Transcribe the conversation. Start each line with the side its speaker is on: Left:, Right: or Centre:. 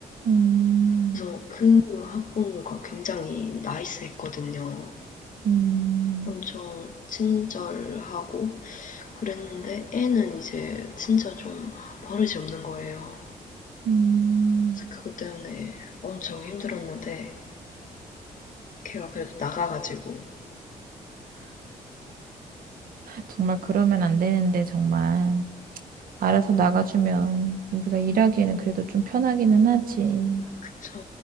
Right: 음,
Left: 그래서 그 학부모가 굉장히 나이스했거든요.
Right: 음,
Left: 엄청 친절하고 그랬는데 애는 이제 진짜 좀 버릇이 없는 거예요.
Right: 음.
Left: 그래서 그것 때문에 엄청 힘들었는데 걔가 그래도 나가가지고
Right: 정말 그러면 안 되는데, 정말. 알아서 나가주면 우리가 일하기에는 그래도 좀 편하기는 하지.
Left: 그쵸.